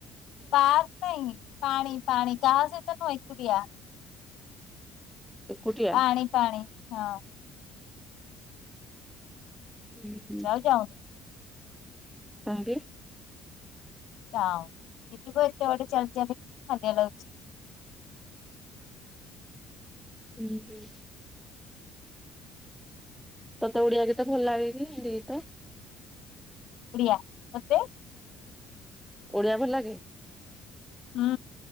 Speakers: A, on the left; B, in the centre.
A: ପାକ ନାହିଁ ପାଣି ପାଣି କାହା ସହିତ ନୁହଁ। ଏକୁଟିଆ।
B: ଏକୁଟିଆ।
A: ପାଣି ପାଣି ହଁ।
B: ହୁଁ ହୁଁ।
A: ଆଉ ଯାଉନି
B: <unintelligible>
A: <unintelligible>
B: ହୁଁ ହୁ। ତତେ ଓଡିଆ ଗୀତ ଭଲ ଲାଗେ କି ହିନ୍ଦୀ ଗୀତ।
A: ଓଡ଼ିଆ ତତେ।
B: ଓଡିଆ ଭଲ ଲାଗେ।
A: ହୁଁ।